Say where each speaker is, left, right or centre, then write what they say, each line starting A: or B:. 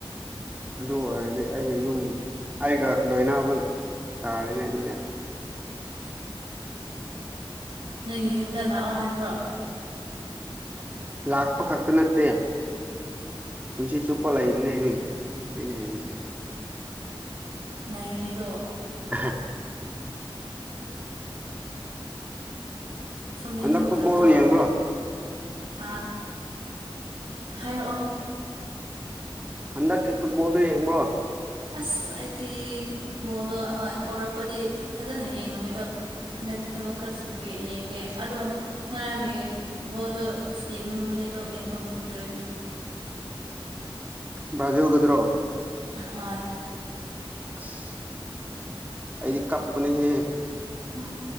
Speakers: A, on the right; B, on the right.
A: ꯑꯗꯨ ꯑꯣꯏꯔꯗꯤ ꯑꯩꯒ ꯌꯨꯝ ꯑꯩꯒ ꯂꯣꯏꯅꯕ ꯇꯥꯔꯤꯅꯦ ꯑꯗꯨꯅꯦ
B: ꯅꯣꯏꯒꯤ ꯌꯨꯝꯗ ꯂꯥꯛꯑꯣ ꯍꯥꯏꯕ꯭ꯔꯣ
A: ꯂꯥꯛꯄ ꯈꯛꯇ ꯅꯠꯇꯦ ꯄꯨꯟꯁꯤ ꯆꯨꯞꯄ ꯂꯩꯅꯤꯡꯉꯥꯏꯅꯦ ꯀꯩꯅ ꯍꯥꯏꯁꯦ
B: ꯅꯩꯅꯅꯀꯣ
A: <unintelligible>
B: ꯁꯣꯝꯗꯤ
A: ꯍꯟꯗꯛ
B: ꯊꯕꯛꯛꯇꯠꯇ꯭ꯔꯣ
A: ꯐꯨꯠꯕꯣꯜ ꯌꯦꯡꯕ꯭ꯔꯣ
B: ꯍꯥ ꯍꯔꯛꯑꯣ
A: ꯍꯟꯗꯛꯁꯦ ꯐꯨꯠꯕꯣꯜꯗꯨꯣ ꯌꯦꯡꯕ꯭ꯔꯣ
B: ꯑꯁ ꯑꯩꯗꯤ ꯕꯣꯜꯗꯣ ꯍꯧꯔꯛꯄꯗꯤ ꯐꯖꯅ ꯌꯦꯡꯉꯝꯃꯦ ꯑꯗꯣ ꯍꯟꯗꯛꯇꯤ ꯊꯕꯛ ꯈꯔ ꯆꯤꯟꯕꯒꯤ ꯌꯦꯡꯗꯦ ꯑꯗꯣ ꯉꯔꯥꯡꯒꯤ ꯕꯣꯗꯣ ꯑꯁ ꯌꯦꯡꯅꯤꯡꯕꯅ ꯗꯣ ꯌꯦꯡꯕ ꯐꯪꯗ꯭ꯔꯦꯅꯦ
A: <unintelligible> ꯕ꯭ꯔꯥꯖꯤꯜꯒꯨꯗꯔꯣ
B: ꯍꯣꯏ
A: ꯑꯁ ꯑꯩꯗꯤ ꯀꯞꯄꯅꯦꯍꯦ
B: ꯑ